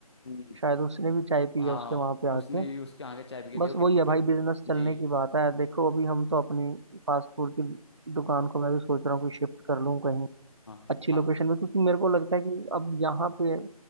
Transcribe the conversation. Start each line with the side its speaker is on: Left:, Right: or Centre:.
Left: हम्म।
Right: शायद उसने भी चाय पी
Left: हाँ
Right: है उसके वहां पे
Left: उसने
Right: आके
Left: भी उसके आगे चाय पी के देखो
Right: बस
Left: कितनी
Right: वही है
Left: कि,
Right: भाई बिजनेस
Left: जी
Right: चलने की बात है देखो अभी हम तो अपनी फास्ट फूड की दुकान को मैं भी सोच रहा हूँ कि शिफ्ट कर लूँ कहीं
Left: हाँ
Right: अच्छी लोकेशन में क्योंकि मेरे को लगता है कि अब यहाँ पे